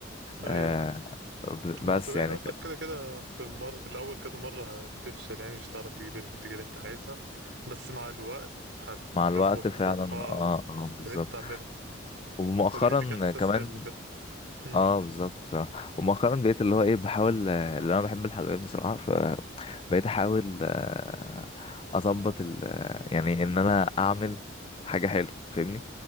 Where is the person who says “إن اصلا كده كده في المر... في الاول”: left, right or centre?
Right